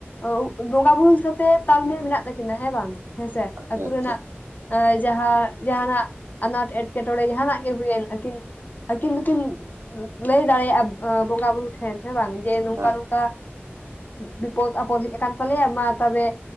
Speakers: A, on the left (about 40°); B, on the right (about 80°).
A: ᱳᱵ ᱵᱚᱸᱜᱟ ᱵᱩᱨᱩ ᱦᱤᱥᱟᱹᱵ‌ ᱛᱮ ᱛᱟᱞᱢᱮᱞ ᱢᱮᱱᱟᱜ ᱛᱟᱹᱠᱤᱱᱟ ᱦᱮᱸ ᱵᱟᱝ? ᱦᱮᱸ ᱥᱮ
B: ᱟᱪᱪᱷᱟ
A: ᱟᱹᱛᱩ
B: ᱟᱪᱪᱷᱟ
A: ᱨᱮᱱᱟᱜ ᱮᱸ ᱡᱟᱦᱟᱸ ᱡᱟᱦᱟᱸᱱᱟᱜ ᱮᱴᱠᱮᱴᱚᱬᱮ ᱡᱟᱦᱟᱸᱱᱟᱜ ᱜᱮ ᱦᱩᱭᱮᱱ ᱟᱹᱠᱤᱱ ᱟᱹᱠᱤᱱ ᱫᱚᱠᱤᱱ ᱞᱟᱹᱭ ᱫᱟᱲᱮᱭᱟᱜᱼᱟ ᱮᱸ ᱵᱚᱸᱜᱟ ᱵᱩᱨᱩ ᱴᱷᱮᱱ ᱦᱮᱸ ᱵᱟᱝ ᱡᱮ ᱱᱚᱝᱠᱟ
B: ᱦᱮᱸ
A: ᱱᱚᱝᱠᱟ ᱵᱤᱯᱚᱫ ᱟᱯᱚᱫ ᱦᱮᱡ ᱠᱟᱱ ᱛᱟᱞᱮᱭᱟ ᱢᱟ ᱛᱚᱵᱮ